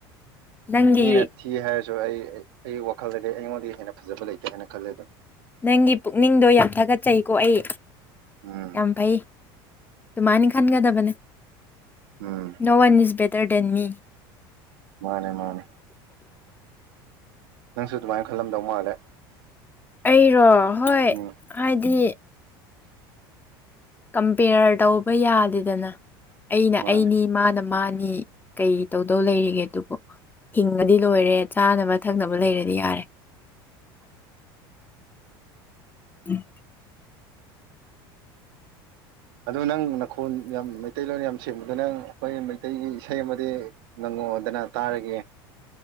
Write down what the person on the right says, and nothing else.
ꯃꯤꯅ ꯊꯤ ꯍꯥꯏꯔꯁꯨ ꯑꯩ ꯑꯩ ꯋꯥꯈꯜꯗꯗꯤ ꯑꯩꯉꯣꯟꯗꯤ ꯍꯦꯟꯅ ꯐꯖꯕ ꯂꯩꯇꯦ ꯍꯥꯏꯅ ꯈꯜꯂꯦ ꯑꯗꯨꯝ
ꯎꯝ
ꯎꯝ
ꯃꯥꯅꯦ ꯃꯥꯅꯦ ꯅꯪꯁꯨ ꯑꯗꯨꯃꯥꯏꯅ ꯈꯜꯂꯝꯗꯧ ꯃꯥꯜꯂꯦ
ꯎꯝ
ꯃꯥꯅꯦ
ꯑꯗꯨ ꯅꯪ ꯅꯈꯣꯟ ꯌꯥꯝ ꯃꯩꯇꯩꯂꯣꯟ ꯌꯥꯝ ꯁꯦꯝꯕꯗ ꯅꯪ ꯑꯩꯈꯣꯏ ꯃꯩꯇꯩꯒꯤ ꯏꯁꯩ ꯑꯃꯗꯤ ꯉꯪꯉꯛꯗꯅ ꯇꯥꯔꯒꯦ